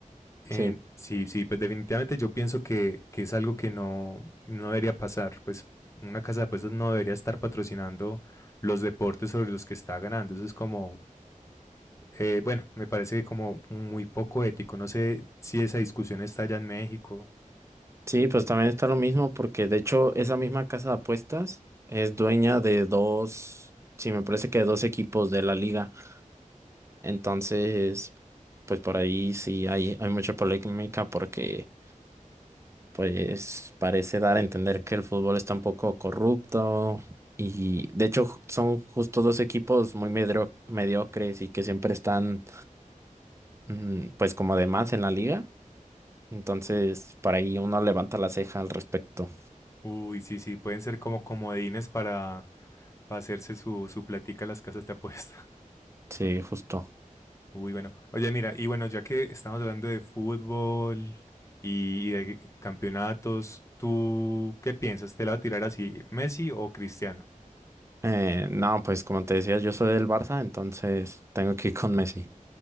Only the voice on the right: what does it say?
Sí,
sí, pues también está lo mismo porque de hecho esa misma casa de apuestas es dueña de dos, sí, me parece que de dos equipos de la liga. Entonces, pues por ahí sí hay, hay mucha polémica porque pues parece dar a entender que el fútbol está un poco corrupto y de hecho ju- son justo dos equipos muy medro- mediocres y que siempre están mm, pues como de más en la liga. Entonces, por ahí uno levanta la ceja al respecto.
Sí, justo.
Eh, no, pues como te decía, yo soy del Barça, entonces tengo que ir con Messi.